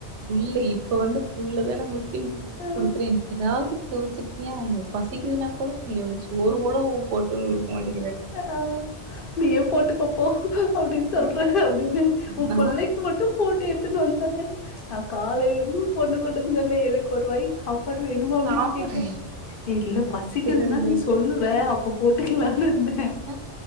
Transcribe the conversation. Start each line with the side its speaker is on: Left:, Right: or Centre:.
Right: புள்ள இப்ப வந்து புள்ள தானே முக்கியன்னு சொல்லி
Left: ஆ
Right: குடுக்குறேன் எனக்கெதாவது கோச்சிக்கிறியா இல்ல பசிக்குதுனா இல்ல சோறு கூட போட்டு வந்து கொடுக்க மாட்டேங்
Left: ஆ நீயே போட்டுக்கோப் போ அப்டின்னு சொல்றாரு
Right: ஆ
Left: அப்டின்னு ஒ
Right: நா
Left: புள்ளைக்கு மட்டு போட்டு எடுத்துன்னு வன்ட்டார் நா காலையிலருந்து ஒ பொண்ணுக்கூட இல்லல்ல எனக்கு ஒருவாய் சாப் ப்பாடு வேணுமா அப்டின்னு
Right: சாப்பாடு
Left: கேட்டே இல்ல பசிக்குதுன்னா
Right: அப்டிதா ஆயிப்போச்சு
Left: நீ சொல்லுவ அப்ப போட்டுக்கலான்னு
Right: ஆ